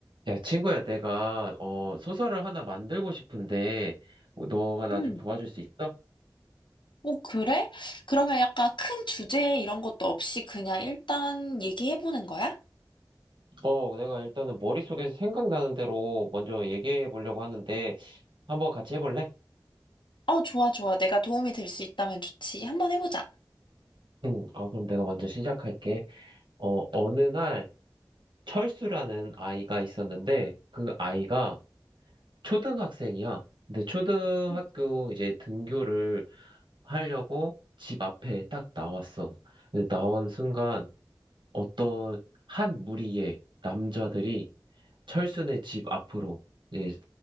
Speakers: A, on the right; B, on the left.
A: 야, 친구야, 내가, 어, 소설을 하나 만들고 싶은데, 뭐, 너가 나
B: 음.
A: 좀 도와줄 수 있어?
B: 어, 그래? 그러면 약간 큰 주제 이런 것도 없이 그냥 일단 얘기해보는 거야?
A: 어, 내가 일단은 머릿속에서 생각나는 대로 먼저 얘기해 보려고 하는데, 한번 같이 해볼래?
B: 어, 좋아, 좋아. 내가 도움이 될 수 있다면 좋지. 한번 해보자.
A: 응, 어, 그럼 내가 먼저 시작할게. 어, 어느 날, 철수라는 아이가 있었는데, 그 아이가 초등학생이야. 근데 초등학교
B: 응.
A: 이제 등교를 하려고 집 앞에 딱 나왔어. 근데 나온 순간, 어떤 한 무리의 남자들이 철순의 집 앞으로 이제